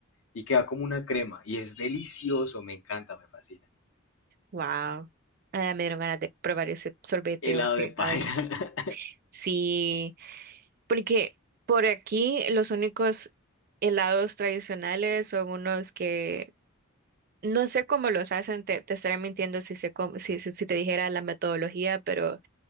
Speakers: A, on the left; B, on the right.
A: y queda como una crema, y es delicioso, me encanta, me fascina.
B: Wow. Ah, me dieron ganas de probar ese sorbete
A: Helado
B: o ese
A: de
B: helado.
A: paila. <laughs>
B: Sí, porque por aquí los únicos helados tradicionales son unos que no sé cómo los hacen, te, te estaría mintiendo si, sé cómo- si, si si te dijera la metodología, pero